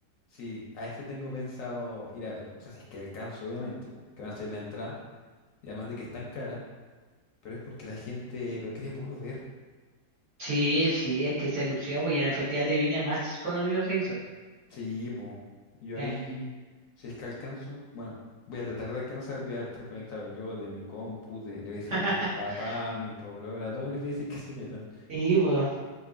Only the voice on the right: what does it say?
Sí, sí, es que se lució, pues, y en el Festival de Viña más conocido se hizo.
Eh.
<laughs>
Sí, pues,